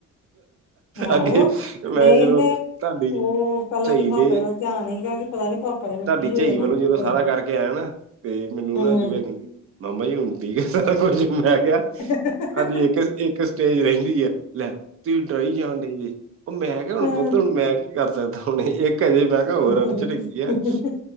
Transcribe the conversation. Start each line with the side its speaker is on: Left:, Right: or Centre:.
Left: ਆਹੋ
Right: ਅੱਗੇ, ਮੈਂ
Left: ਨਹੀਂ
Right: ਜਦੋ
Left: ਤੇ
Right: ਤੁਹਾਡੀ
Left: ਉਹ ਪਹਿਲਾਂ
Right: ਚਈ
Left: ਤੇ ਪਾਪਾ
Right: ਦੇ
Left: ਦਾ ਧਿਆਨ ਸੀਗਾ ਕਿ ਪਤਾ ਨੀ ਪਾਪਾ ਜੀ ਨੂੰ
Right: ਤੁਹਾਡੀ
Left: ਕੀ
Right: ਚਈ
Left: ਹੋ ਜਾਣਾ
Right: ਵੱਲੋਂ
Left: ਕੀ
Right: ਜਦੋਂ
Left: ਹੋ
Right: ਸਾਰਾ
Left: ਜਾਣਾ
Right: ਕਰਕੇ ਆਇਆ ਨਾ ਤੇ ਮੈਨੂੰ
Left: ਹੂੰ
Right: ਨਾ ਦਿਵਿਆ ਕਹਿੰਦੀ ਮਾਮਾ ਜੀ ਹੁਣ ਠੀਕ ਐ ਸਾਰਾ ਕੁਝ, ਮੈਂ ਕਿਹਾ
Left: <inaudible>
Right: ਇੱਕ-ਇੱਕ ਸਟੇਜ ਰਹਿੰਦੀ ਐ, ਲੈ ਤੁਸੀ ਡਰਾਈ ਜਾਣ ਡਏ ਜੇ ਮੈਂ ਕਿਹਾ ਹੁਣ
Left: ਹੂੰ
Right: ਪੁੱਤ, ਹੁਣ ਮੈਂ ਕੀ ਕਰ ਸਕਦਾ ਹੁਣ ਇੱਕ ਹਜੇ ਮੈਂ <unintelligible>
Left: ਉਹ